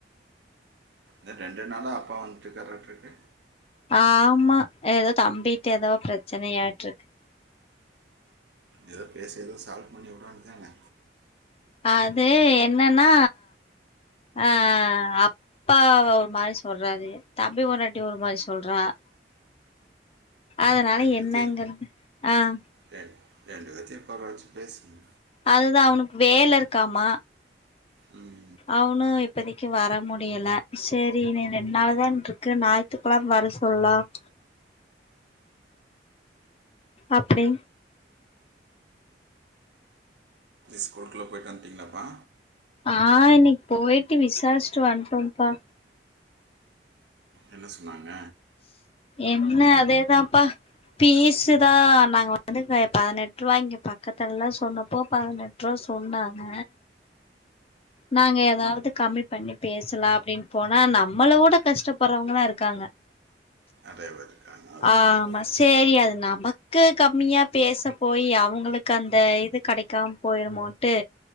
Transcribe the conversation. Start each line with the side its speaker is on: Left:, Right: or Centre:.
Right: இ ரெண்டு நாளா அப்பா வந்துட்டுக்க உ
Left: ஆமா ஏதோ தம்பிட்டு ஏதாவோ பிரச்சனையாட்டு இருக்கு
Right: ஏதோ பேசு ஏதோ சால்வ் பண்ணி விட தானே
Left: அது என்னன்னா ஆஹ் அப்பா ஒரு மாதிரி சொல்றாரு தம்பி முன்னாட்டி ஒரு மாதிரி சொல்றான் அதனால
Right: ரெண்டு பேர்த்தையும்
Left: என்னங்கறிறது ஆஹ்
Right: ரெண்டு ரெண்டு பேத்தையும் பரவச்சு பேசுங்க
Left: அதுதான் அவனுக்கு வேலை இருக்காமா
Right: உம்
Left: அவனும் இப்பதைக்கு வர முடியல சரி நீ ரெனால தான் இருக்கு ஞாயி்த்துக்கழாம் வர சொல்லாம் அப்படி
Right: ஸ்கூலுக்குள்ளே போயிட்டு வந்துட்டீங்களாப்பா
Left: ஆஹ் இன்னைக்கு போயிட்டு விசாரிச்சிட்டு வண்டோபா
Right: என்னாம் சொன்னாங்க
Left: என்ன அதேதான்ப்பா பீஸு தான் நாங்க வந்து பதினெட்டு ரூபா இங்க பக்கத்துல எல்லாம் சொன்னப்போ பதினெட்டு ரூபா சொன்னாங்க நாங்க ஏதாவது கம்மி பண்ணி பேசலாம் அப்படின்னு போனா நம்மள கூட கஷ்டப்படுறவங்காம் இருக்காங்க-
Right: நிறைய பேர் இருக்காங்க அதுதான்
Left: ஆமா சரி அது நமக்கு கம்மியா பேச போய் அவங்களுக்கு அந்த இது கிடைக்காம போயிருமோட்டு